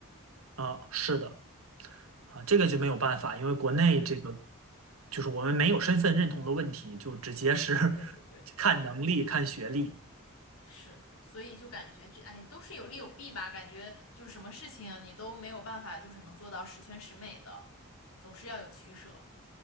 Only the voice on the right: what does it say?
啊，是的。啊，这个就没有办法，因为国内这个
就是我们没有身份认同的问题，就直接是 <laughs>
看能力、看学历。